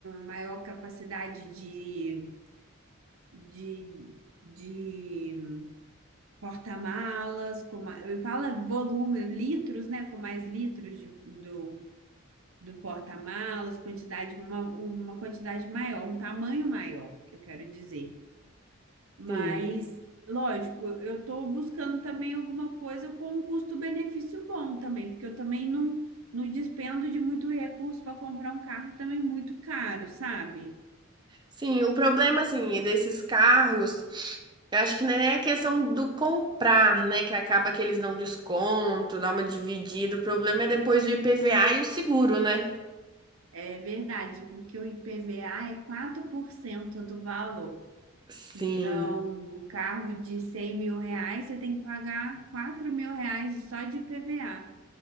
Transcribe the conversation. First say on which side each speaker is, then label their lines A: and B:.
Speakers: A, on the right; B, on the right.
A: maior capacidade de, de, de porta-malas, com ma- eu falo volume, litros, né? Com mais litros de- do, do porta-malas, quantidade, uma, uma quantidade maior, um tamanho maior, que eu quero dizer. Mas,
B: Sim.
A: lógico, eu estou buscando também alguma coisa com um custo-benefício bom também, porque eu também não, não despendo de muito recurso para comprar um carro também muito caro, sabe?
B: Sim, o problema, assim, desses carros, eu acho que não é nem a questão do comprar, né? Que acaba que eles dão desconto, dá uma dividida. O problema é depois o IPVA e o seguro, né?
A: É verdade, porque o IPVA é 4% do valor.
B: Sim,
A: Então, um carro de 100 mil reais, você tem que pagar 4 mil reais só de IPVA.